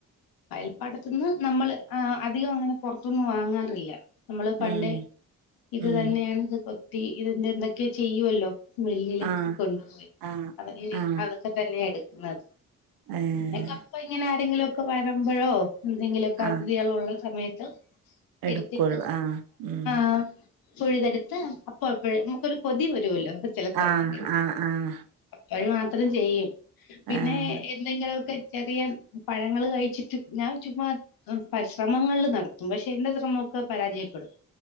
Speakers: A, on the left; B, on the right.
A: വയൽപ്പാടത്തിന്ന് നമ്മള് ആഹ് അധികം അങ്ങനെ പൊറത്തുന്ന് വാങ്ങാറില്ല നമ്മള് പണ്ടെ
B: ഉം
A: ഇത്
B: ഉം
A: തന്നെയാണ് ഇത് കൊത്തി ഇതിൻ്റെ എന്തൊക്കെയോ ചെയ്യുവല്ലൊ മില്ലില് ഒക്കെ
B: ആഹ്
A: കൊണ്ടുപോയി
B: ആഹ്
A: <unintelligible>
B: ആഹ്
A: അതൊക്കെ തന്നെയ എടുക്കുന്നത്
B: ഏഹ്
A: അ കപ്പ ഇങ്ങനെ ആരെങ്കിലുവൊക്ക വരുമ്പഴോ എന്തെങ്കിലുമൊക്കെ
B: ആഹ്
A: അതിഥികളൊള്ള സമയത്ത്
B: എടുക്കുള്ളൂ
A: എടുത്തിട്ട്
B: ആഹ് ഉം
A: ആഹ് പിഴുതെടുത്ത് അപ്പ അപ്പഴ് നമുക്കൊരു കൊതി വരുവല്ലൊ ചെല സമയങ്ങളിൽ
B: ആഹ് ആഹ്
A: അപ്പഴ് മാത്രം ചെയ്യും പിന്നേ
B: ആഹ്
A: എന്തെങ്കിലുവൊക്കെ ചെറിയ പഴങ്ങള് കഴിച്ചിട്ട് ഞാൻ ചുമ്മാ പരിശ്രമങ്ങളില് നടത്തും. പക്ഷെ എന്റെ ശ്രമോക്കെ പരാജയപ്പെടും.